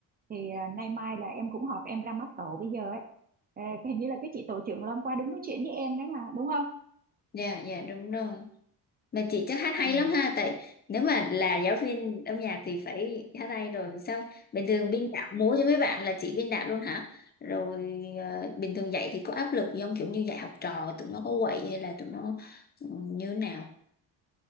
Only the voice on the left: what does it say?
Dạ dạ đúng rồi Mà chị chắc hát hay
lắm ha Tại nếu mà là giáo viên âm nhạc thì phải hát hay rồi Sao bình thường biên đạo múa cho mấy bạn là chị biên đạo luôn hả Rồi ờ, bình thường dạy thì có áp lực gì không Kiểu như dạy học trò tụi nó có quậy hay là tụi nó ừ, như thế nào